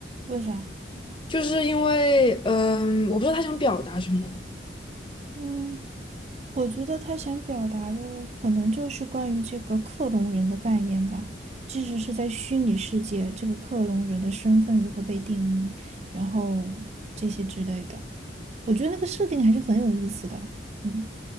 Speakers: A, on the right; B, on the left.
A: 为啥？
B: 就是因为，嗯，我不知道他想表达什么。
A: 嗯。我觉得他想表达的可能就是关于这个克隆人的概念吧，即使是在虚拟世界，这个克隆人的身份如何被定义，然后这些之类的，我觉得那个设定还是很有意思的。嗯